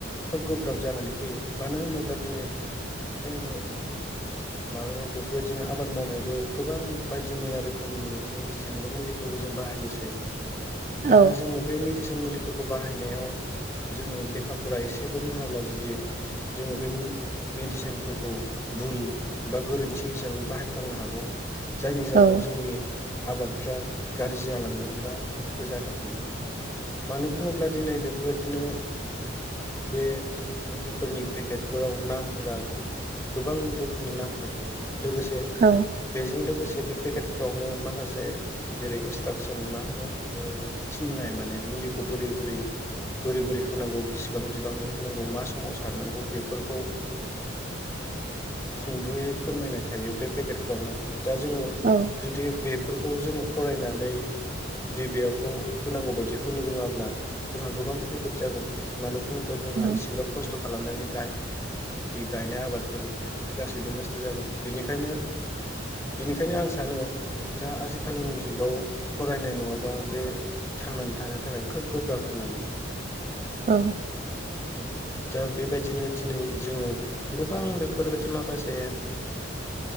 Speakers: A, on the left (about 15°); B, on the right (about 40°).
A: खोब गोब्राब जानानै फैयो मानो होनोब्ला दिनै जोङो माबायाव बेफोरबायदिनो आबाद मावनायावबो गोबां बायदि मैया रोखोमनि मेडिसिन बा मुलिफोरखौ जों बाहायोसै।
B: औ
A: दा जोङो बे मेडिसिन मुलि फोरखौ बाहायनायाव जोङो लेखाफोरा एसेबो रोङाब्ला जुदि जोङो बे मेडिसिनफोरखौ भुल बा गोरोन्थि हिसाबै बाहायफ्लांनो हागौ। जायनि जाउनाव
B: औ
A: जोंनि आबादफ्रा गाज्रि जालांगोन। बा नस्थ' जानो हमगोन मानो बुङोब्ला दिनै बेफोरबायदिनो बे मुलिफोरनि पेकेटफोराव नामफोरा गु गोबां रोखोमनि नामफोर थायो। लोगोसे
B: औ
A: बेजों लोगोसे बे पेकेटफ्रावनो माखासे जेरै इन्सट्राकसन मा थिननाय माने मुलिखौ बोरै बोरै बोरै बोरै होनांगौ बिसिबां बिबांनि होनांगौ मा समाव सारनांगौ बेफोरखौ ओ-सुंदयै फोरमायनाय थायो बे पेकेटफ्रावनो। दा जोङो
B: औ
A: जुदि बेफोरखौ जोङो फरायनानै जुदि बेखौ होनांगौ बायदि होनो रोङाब्ला जोंहा गोबां खैफोद जागोन मानो बुङोब्ला जोंहा
B: औ
A: इसेराब खसथ खालामनानै गाय जिथुनाखि गायनाय आबादफोर बेफोरो गासैबो नस्थ जागोन बेनिखायनो बिनिखायनो आं सानो दा आजिखालिनि जुगाव फरायनाय नङाबा बे थांनानै थानो थाखाय खोब गोब्राब होननानै।
B: औ।
A: औ दा बेबायदिनो दिनै जोङो गोबां बेफोरबायदि माखासे
B: <inaudible>